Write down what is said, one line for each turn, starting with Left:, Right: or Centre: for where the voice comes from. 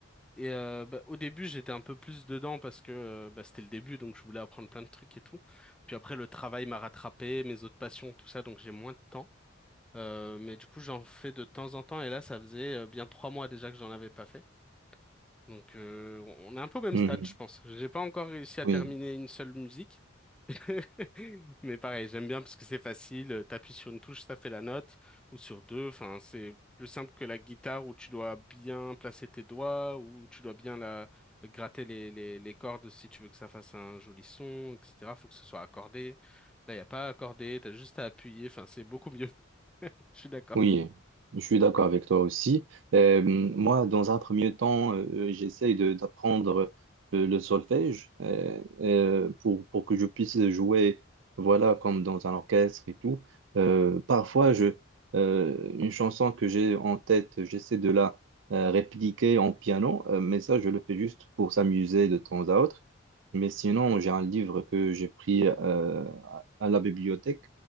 Centre: Et euh, bah, au début, j'étais un peu plus dedans parce que euh, bah, c'était le début, donc je voulais apprendre plein de trucs et tout. Puis après, le travail m'a rattrapé, mes autres passions, tout ça, donc j'ai moins de temps. Euh, mais du coup, j'en fais de temps en temps. Et là, ça faisait euh, bien trois mois déjà que j'en avais pas fait. Donc, euh, on est un peu au même
Right: Mhm.
Centre: stade, je pense. J'ai pas encore réussi à
Right: Oui.
Centre: terminer une seule musique, <laughs> Mais pareil, j'aime bien parce que c'est facile. euh, T'appuies sur une touche, ça fait la note, ou sur deux. Enfin, c'est plus simple que la guitare où tu dois bien placer tes doigts, où tu dois bien la gratter les, les, les cordes si tu veux que ça fasse un joli son, etc. Faut que ce soit accordé. Là, y a pas à accorder, t'as juste à appuyer. Enfin, c'est beaucoup mieux. <laughs> Je suis d'accord.
Right: Oui, je suis d'accord avec toi aussi. Euh, moi, dans un premier temps, euh, euh, j'essaye de- d'apprendre le, le solfège euh, euh, pour, pour que je puisse jouer, voilà, comme dans un orchestre et tout. Euh, parfois, je, euh, une chanson que j'ai en tête, j'essaie de la euh, répliquer en piano, euh, mais ça, je le fais juste pour s'amuser de temps à autre. Mais sinon, j'ai un livre que j'ai pris euh, à à la bibliothèque